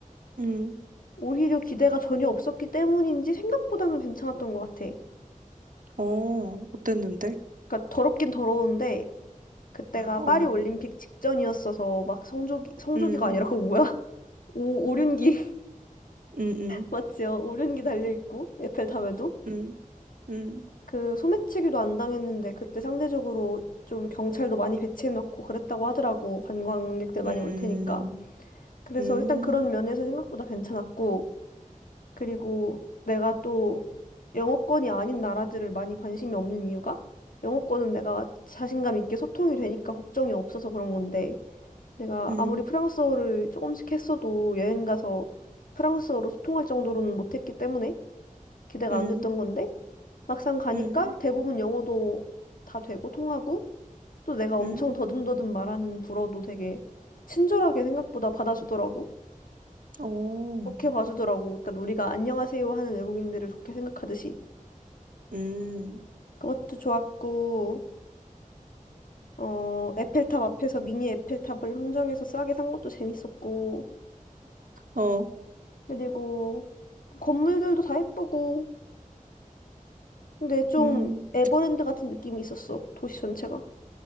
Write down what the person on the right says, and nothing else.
응.
어, 어땠는데?
어,
응,
응, 응,
응, 응,
응,
응,
응,
응,
응,
응,
응,
어,
응,
어,
음,